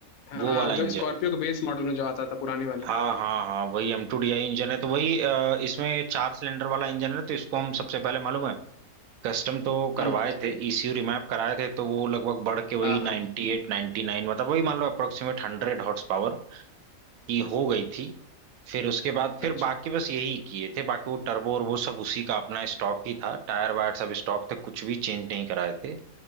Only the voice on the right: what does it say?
वो
वाला
इंजन
हाँ हाँ हाँ वही M two D I engine है तो वही अ, इसमें चार सिलेंडर वाला इंजन है तो इसको हम सबसे पहले मालूम है कस्टम तो
करवाए थे ईसीयू रिमैप कराए थे तो वो लगभग बढ़ के वही
98 एट नाइन्टी नाइन मतलब वही मान लो अप्रोक्सीमेट हंड्रेड हॉर्स पावर की हो गई थी फिर उसके बाद फिर
बाकी बस यही किए थे बाकी वो टर्बो और वो सब उसी का अपना स्टॉक ही था टायर वायर सब स्टॉक थे कुछ भी चेंज नहीं कराए थे